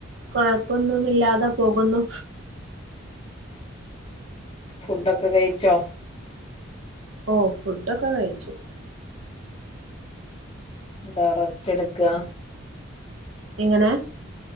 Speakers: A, on the right; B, on the left.
A: കൊഴപ്പൊന്നുമില്ലാതെ പോകുന്നു
B: ഫുഡൊക്കെ കഴിച്ചോ
A: ഓഹ് ഫുഡൊക്കെ കഴിച്ചു
B: ന്താ റസ്റ്റ് എടുക്ക
A: എങ്ങനെ